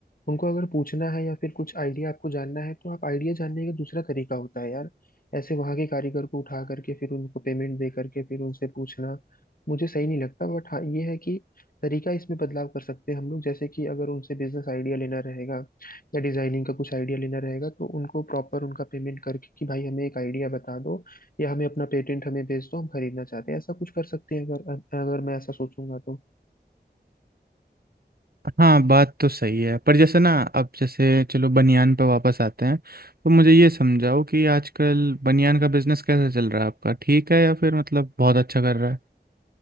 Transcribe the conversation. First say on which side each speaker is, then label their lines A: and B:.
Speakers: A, on the left; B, on the right.
A: उनको अगर पूछना है या फिर कुछ आइडिया आपको जानना है तो आप आइडिया जानने का दूसरा तरीका होता है यार ऐसे वहां के कारीगर को उठा करके फिर उनको पेमेंट दे करके फिर उनसे पूछना मुझे सही नहीं लगता बट हाँ ये है कि तरीका इसमें बदलाव कर सकते हैं हम लोग जैसे कि अगर उनसे बिजनेस आइडिया लेना रहेगा या डिजाइनिंग का कुछ आइडिया लेना रहेगा तो उनको प्रॉपर उनका पेमेंट करके कि भाई हमें एक आइडिया बता दो या हमें अपना पेटेंट हमें भेज दो हम खरीदना चाहते हैं ऐसा कुछ कर सकते हैं अगर अगर मैं ऐसा सोचूंगा तो
B: हाँ बात तो सही है पर जैसे ना अब जैसे चलो बनियान पे वापस आते हैं तो मुझे ये समझाओ कि आजकल बनियान का बिजनेस कैसे चल रहा है आपका ठीक है या फिर मतलब बहुत अच्छा कर रहा है